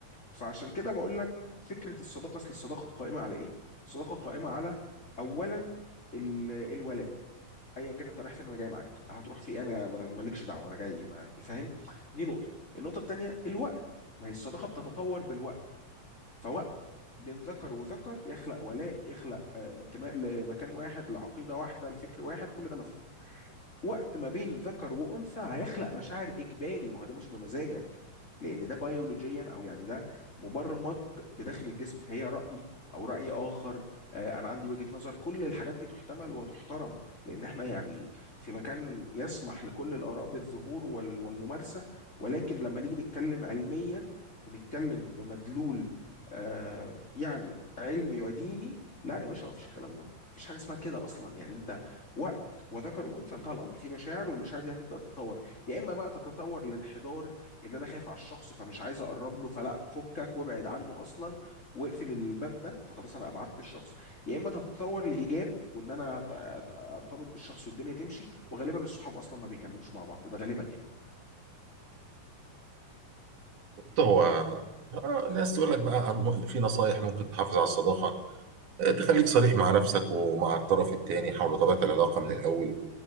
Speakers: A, on the left; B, on the right.
A: فعشان كده بقول لك فكره الصداقه اصل الصداقه قائمه على ايه الصداقه قائمه على اولا ال- الولاء ايا كان انت رايح فين انا جاي معاك هتروح في إيه؟ انا مالكش دعوه انا جاي ما فاهم دي نقطه النقطه الثانيه الوقت ما هي الصداقه بتتطور بالوقت فوقت بين ذكر وذكر يخلق ولاء يخلق آه، انتماء لمكان واحد لعقيده واحده لفكر واحد كل ده مفهوم وقت ما بين ذكر وانثى هيخلق مشاعر اجباري ما هو ده مش بمزاجك لان ده بيولوجيا او يعني ده مبرمج بداخل الجسم فهي راي او راي اخر آه، انا عندي وجهة نظر كل الحاجات دي تحتمل وتحترم لان احنا يعني في مكان يسمح لكل الاراء بالظهور وال- والممارسة ولكن لما نيجي نتكلم علميا ونتكلم بمدلول آه، يعني علمي وديني لا يا باشا مفيش الكلام ده مفيش حاجة اسمها كده أصلا يعني أنت وذكر وانثى انتهى الامر في مشاعر والمشاعر دي هتبدا تتطور يا اما بقى تتطور لانحدار ان انا خايف على الشخص فمش عايز اقرب له فلا فكك وابعد عنه اصلا واقفل الباب ده فخلاص انا ابعدت الشخص يا اما تتطور لايجاب وان انا أت- أت- ارتبط بالشخص والدنيا تمشي وغالبا الصحاب اصلا ما بيكملوش مع بعض ده غالبا يعني
B: بالظبط هو آه، ناس تقول لك بقى عن- في نصايح ممكن تحافظ على الصداقه آه، تخليك صريح مع نفسك ومع الطرف الثاني حول طبيعه العلاقه من الاول